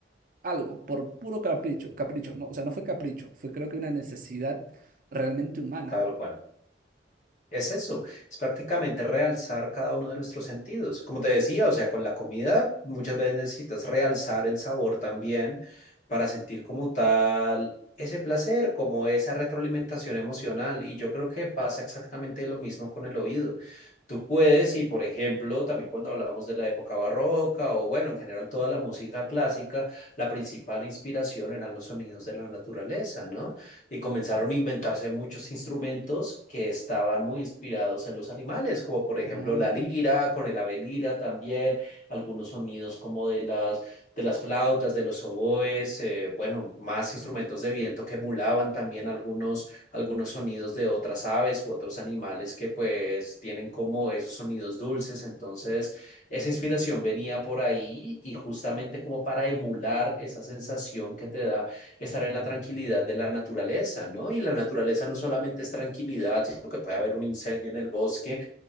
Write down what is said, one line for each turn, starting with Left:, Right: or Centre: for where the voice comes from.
Right: algo por puro capricho, capricho, no, o sea, no fue capricho, fue creo que una necesidad realmente humana.
Left: tal cual. Es eso, es prácticamente realzar cada uno de nuestros sentidos. Como te decía, o sea, con la comida muchas veces necesitas realzar el sabor también para sentir como tal ese placer, como esa retroalimentación emocional. Y yo creo que pasa exactamente lo mismo con el oído. Tú puedes, y por ejemplo, también cuando hablamos de la época barroca o bueno, en general toda la música clásica, la principal inspiración eran los sonidos de la naturaleza, ¿no? y comenzaron a inventarse muchos instrumentos que estaban muy inspirados en los animales, como por ejemplo
Right: Oh,
Left: la lira, con el ave lira también, algunos sonidos como de las, de las flautas, de los oboes, eh, bueno, más instrumentos de viento que emulaban también algunos, algunos sonidos de otras aves u otros animales que pues tienen como esos sonidos dulces, entonces... Esa inspiración venía por ahí y justamente como para emular esa sensación que te da estar en la tranquilidad de la naturaleza, ¿no? Y la naturaleza no solamente es tranquilidad, sino que puede haber un incendio en el bosque